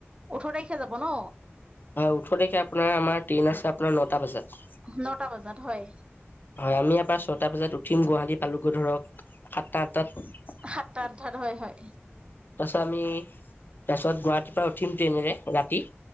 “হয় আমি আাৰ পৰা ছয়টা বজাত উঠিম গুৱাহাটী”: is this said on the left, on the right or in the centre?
Left